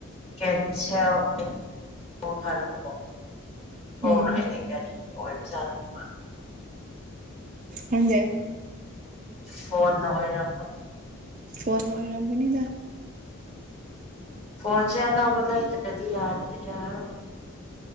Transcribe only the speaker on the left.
ꯀꯁ ꯑꯣ ꯐꯔꯣ ꯍꯔ
ꯑꯅꯦ ꯒꯥꯔꯤ ꯑꯣꯏꯕꯖꯥꯠꯔ <unintelligible>
ꯐꯣꯟꯅ ꯑꯣꯏꯔꯝꯃꯗꯤ
ꯐꯣꯟꯁꯦ ꯑꯅꯧꯕ ꯂꯩꯗ꯭ꯔꯗꯤ ꯌꯥꯔꯔꯣꯏ